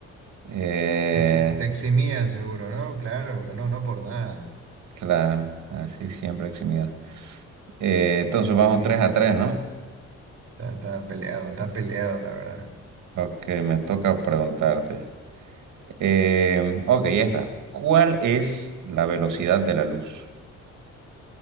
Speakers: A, on the right (about 75°); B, on the right (about 50°).
A: Eh,
B: Te, exi- te eximían seguro, ¿no? Claro, porque no, no por nada.
A: claro, así siempre eximido. Eh, entonces
B: Buenísimo.
A: vamos 3 a 3, ¿no?
B: Está, está peleado, está peleado, la verdad.
A: Ok, me toca preguntarte. Eh, ok, ya está. ¿Cuál es la velocidad de la luz?